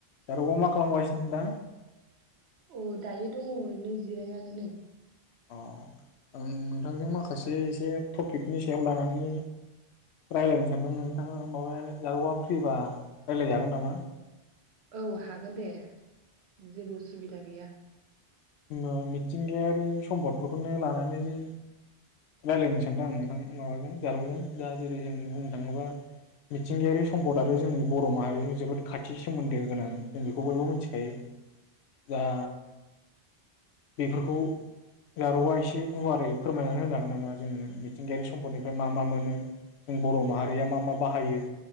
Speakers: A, on the left; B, on the right.
A: जारौवा मा खालामगासिनो? होनबा
B: औ दायो दङ ओरैनो जिरायनानैनो
A: अ आं नोंथांजों माखासे एसे टपिकनि सायाव लानानै रायलायनो सानदों नोंथाङा माबाया जारौआ फ्रिबा रायलायजागोन नामा?
B: औ हागोन दे जेबो उ सुबिदा गैया
A: ओ मिथिंगायारि सम्पदफोरखौनो लानानैनो रायलायनो सानदों आं नोंथां माबाजों जारौजों दा जेरै जों बुंनो थाङोबा मिथिंगायारि सम्दाथ' जोंनि बर' माहारिजों जोबोद खाथि सोमोन्दो गोनां जों बेखौ बयबो मिथिखायो दा बेफोरखौ जारौआ एसे गुवारै फोरमायनानै होनो हागोन नामा जोङो मिथिंगायारि सम्पदनिफ्राय मा मा मोनो जों बर' माहारिया मा मा बाहायो